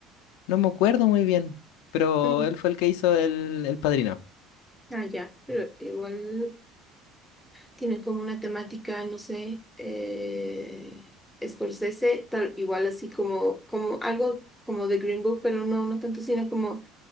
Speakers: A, on the left; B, in the centre.
A: No me acuerdo muy bien, pero
B: Ujú.
A: él fue el que hizo el, el Padrino.
B: Ah, ya. Pero igual tiene como una temática, no sé. Eh... Scorsese, tal, igual así como, como algo como de Green Book, pero no, no tanto, sino como